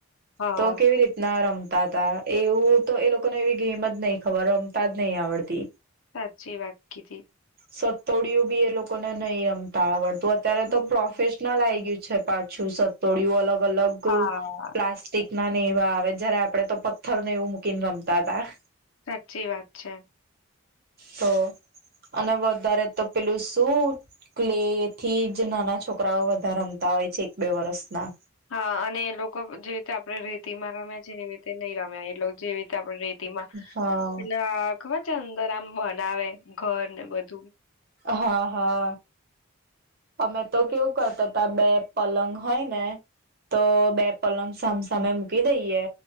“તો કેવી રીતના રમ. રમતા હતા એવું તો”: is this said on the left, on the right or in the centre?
Right